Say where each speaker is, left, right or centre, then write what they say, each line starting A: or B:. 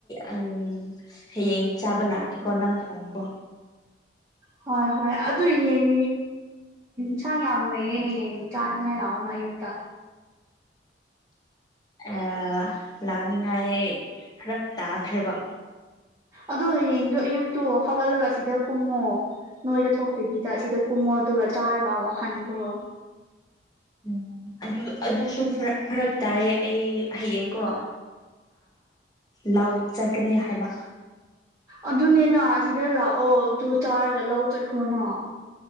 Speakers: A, on the left; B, on the right.
A: ꯎꯝ ꯍꯌꯦꯡ ꯆꯥꯕꯜ ꯂꯥꯇꯀꯣ ꯅꯪ ꯊꯣꯡꯣꯡ ꯀꯣ
B: ꯍꯣꯏ ꯍꯣꯏ ꯑꯗꯨ ꯎꯝ ꯆꯥꯡ ꯌꯥꯝꯃꯦꯌꯦ ꯌꯦꯟ ꯆꯥꯡꯉ ꯂꯥꯎꯑꯣꯅ ꯌꯨꯛꯇ
A: ꯑ ꯂꯥꯛꯅꯤꯉꯥꯏ ꯈꯔ ꯇꯥꯈ꯭ꯔꯦꯕ
B: ꯑꯗꯣ ꯍꯌꯦꯡꯗꯣ ꯑꯌꯨꯛꯇꯣ ꯍꯧꯒꯠꯂꯒ ꯁꯤꯗ ꯀꯨꯝꯃꯣ ꯅꯣꯏꯗ ꯊꯣꯛꯇꯕꯤꯗ ꯑꯁꯤꯗ ꯀꯨꯝꯃꯣ ꯑꯗꯨꯒ ꯆꯥꯔꯒ ꯋꯥꯍꯟꯈ꯭ꯔꯣ
A: ꯎꯝ ꯑꯗꯨ ꯑꯗꯨꯁꯨ ꯐꯔꯛ ꯇꯥꯔꯦ ꯑꯩ ꯍꯌꯦꯡꯀꯣ ꯂꯧ ꯆꯠꯀꯅꯤ ꯍꯥꯏꯕ
B: ꯑꯗꯨꯅꯦꯅ ꯁꯤꯗ ꯂꯥꯛꯑꯣ ꯑꯗꯨ ꯆꯥꯔꯒ ꯂꯧ ꯆꯠꯈ꯭ꯔꯣꯅ